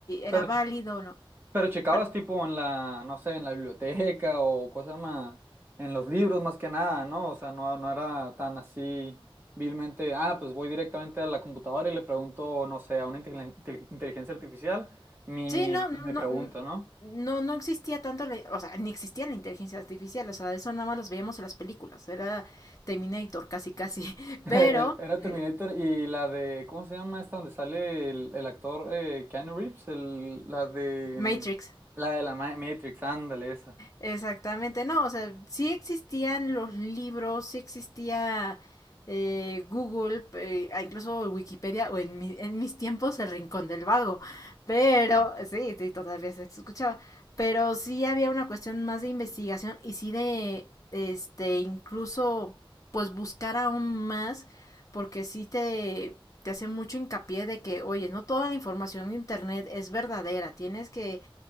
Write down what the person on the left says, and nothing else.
era válido o no.
Pero-
sí, no,
no,
no,
no no existía tanto, la- o sea, ni existía la inteligencia artificial, o sea, eso nada más los veíamos en las películas, era Terminator casi casi, <laughs>
pero
eh,
Matrix.
Exactamente, no, o sea, sí existían los libros, sí existía eh, Google, pe- ah, incluso Wikipedia, o en, mi- en mis tiempos el Rincón del Vago, pero sí, sí, todavía se escuchaba, pero sí había una cuestión más de investigación y sí de, este, incluso, pues buscar aún más, porque sí te, te hace mucho hincapié de que, oye, no toda la información en Internet es verdadera, tienes que